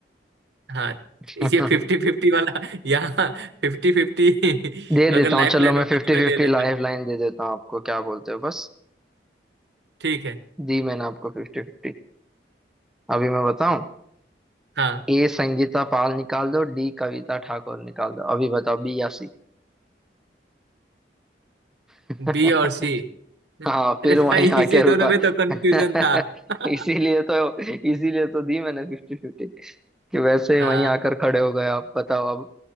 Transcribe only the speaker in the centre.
<laughs>
दे
देता
हूँ चलो
मैं
फिफ्टी
फिफ्टी
लाइफ लाइन दे देता हूँ आपको क्या बोलते हो बस
दी मैंने आपको फिफ्टी फिफ्टी अभी मैं बताऊं
ए संगीता पाल निकाल दो डी कविता ठाकुर निकाल दो अभी बताओ बी या सी <laughs>
हाँ फिर वहीं
आके रुका
<laughs>
इसीलिए तो इसीलिए तो दी मैंने फिफ्टी फिफ्टी कि वैसे
ही वहीं आकर खड़े हो गए आप बताओ अब